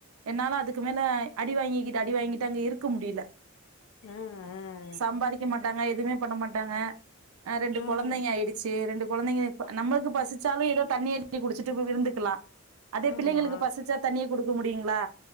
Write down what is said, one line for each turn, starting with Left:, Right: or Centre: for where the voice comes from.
Right: என்னால அதுக்கு மேல அடி வாங்கிக்கிட்டு அடி வாங்கிட்டு அங்க இருக்க முடியல
Left: ஆ ஆ.
Right: சம்பாதிக்க மட்டும் டாங்க எதுவுமே பண்ண மாட்டாங்க ரெண்டு
Left: ஆ.
Right: கொழந்தைங்க ஆயிடுச்சு ரெண்டு கொழந்தைங்க இப்ப
Left: அ
Right: நம்ளுக்கு பசு வச்சாலும் ஏதோ தண்ணி அரிச்சு குடிச்சுட்டு விருந்துக்கலாம் அதே
Left: ஆமா.
Right: பிள்ளைகளுக்கு பசிச்சா தண்ணிய கொடுப் <unintelligible> முடியுங்களா